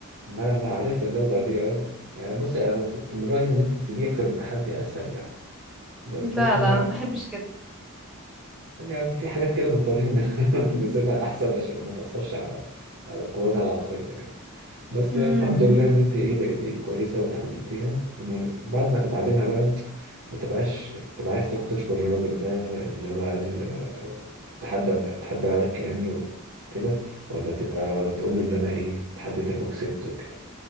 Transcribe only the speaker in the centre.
لا
لا انا ما بحبش كده
امم